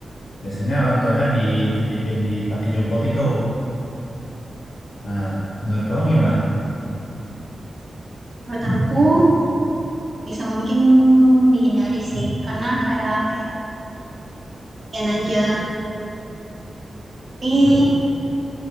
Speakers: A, on the left; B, on the right.
A: Biasanya orang tuanya dititipin di panti jompo gitu. Nah, menurut kamu gimana tuh?
B: menurut aku bisa mungkin dihindari sih karena kayak apa ya kasihan aja tapi